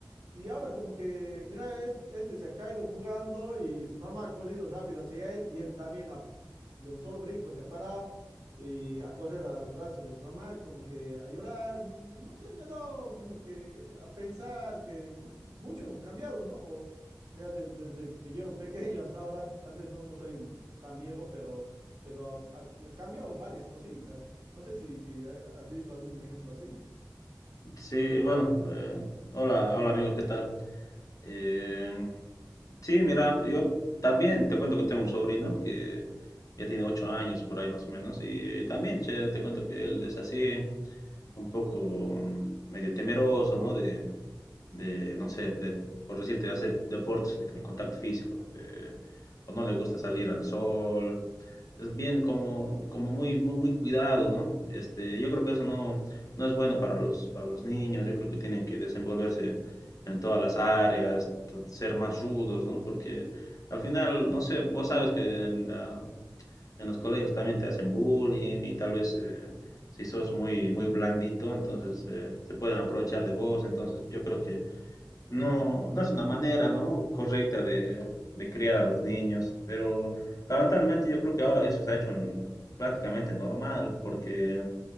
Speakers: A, on the right (about 75°); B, on the left (about 50°).
A: Y ahora como que, mira, es- este se ha caído jugando y su mamá ha corrido rápido hacia él y él también ha- de un solo brinco se ha parado y a correr a los brazos de su mamá, como que a llorar, no sé, me ha dado como que a pensar que mucho hemos cambiado, ¿no? O, mira, de- desde que yo era un pequeño hasta ahora, tal vez no, no soy tan viejo, pero, pero ha, ha cambiado varias cositas. No sé si, si ha- has visto algún ejemplo así.
B: Sí, bueno, eh, hola, hola amigo, ¿qué tal? Eh, sí, mira, yo también te cuento que tengo un sobrino que ya tiene ocho años por ahí más o menos y, también, che, te cuento que él es así un poco mm, medio temeroso, ¿no? De, de, no sé, de, por decirte, hacer deportes de, de contacto físico, eh, o no le gusta salir al sol, es bien como, como muy, muy, muy cuidado, ¿no? Este, yo creo que eso no, no es bueno para los, para los niños, yo creo que tienen que desenvolverse en todas las áreas, t- ser más rudos, ¿no? Porque al final, no sé, vos sabes que en la, en los colegios también te hacen bullying y tal vez eh, si sos muy, muy blandito, entonces eh, se pueden aprovechar de vos. Entonces yo creo que no, no es una manera ¿no? correcta de, de criar a los niños, pero lamentablemente yo creo que ahora eso se ha hecho un- prácticamente normal, porque